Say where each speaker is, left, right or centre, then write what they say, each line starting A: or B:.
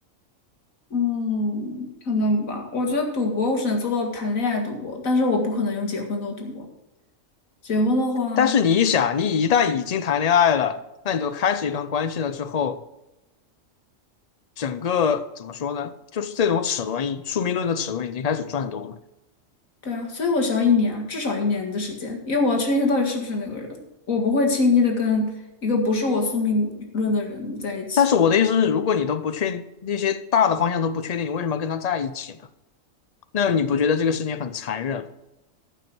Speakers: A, on the left; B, on the left.
A: 嗯，可能吧。我觉得赌博我只能做到谈恋爱赌博，但是我不可能用结婚做赌博。结婚的话，
B: 但是你一想，你一旦已经谈恋爱了，那你就开始一段关系了之后，整个怎么说呢？就是这种齿轮，宿命论的齿轮已经开始转动了。
A: 对啊，所以我需要一年啊，至少一年的时间，因为我要确定他到底是不是那个人，我不会轻易的跟一个不是我宿命论的人在一起。
B: 但是我的意思是，如果你都不确那些大的方向都不确定，你为什么要跟他在一起呢？那你不觉得这个事情很残忍吗